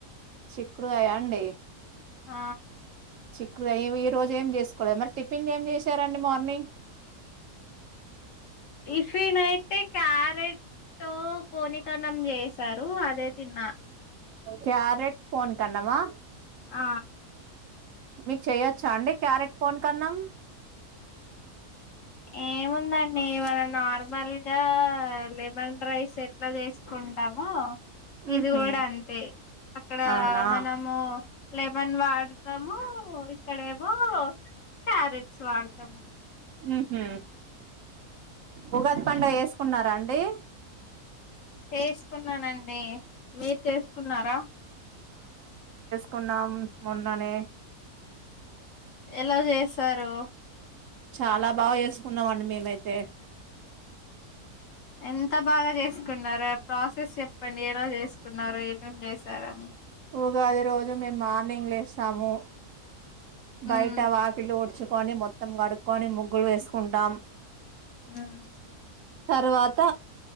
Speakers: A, on the right; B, on the left.
A: చిక్కుడుగాయండి
B: ఆ
A: చిక్కుడగయా ఎం ఈ రోజు ఏం చేసుకోలేద మరి టిఫిన్ ఏం చేశారండి మార్నింగ్
B: టిఫిన్ అయితే క్యారె తో పోనీకణం చేసారు అదే తిన్నా
A: క్యారెట్ పోనీ కన్నామా
B: ఆ
A: మీకు చెయొచ్చా అండి క్యారెట్ పోన్ కన్నాం
B: ఏముందండి ఇవాళ నార్మల్ గా ఆ లెమన్ రైస్ ఎట్లా చేసుకుంటామో ఇది
A: ఉహు
B: గుడా అంతే అక్కడ
A: అవునా
B: మనము లెమన్ వాడతాము ఇక్కడేమో క్యారెట్స్ వాడతమ్
A: ఉహ్మ్ ఉగాది పండగా చేసుకున్నారా అండి
B: చేసుకున్నానండి మీరు చేసుకున్నారా
A: కొన్నాం మొన్ననే
B: ఎలా చేసారు
A: చాలా బాగా చేసుకున్నామండి మేమైతే
B: ఎంత బాగా చేసుకున్నారా ప్రాసెస్ చెప్పండి ఎలా చేసుకున్నారు ఏమేం చేశారని
A: ఉగాది రోజు మేము మార్నింగ్ లేసాము బయట
B: ఉమ్,
A: వాకిలి ఉడ్చుకోని మొ త్తం గడుక్కొని ముగ్గులు వేసుకుంటాం
B: ఉమ్.
A: తర్వాత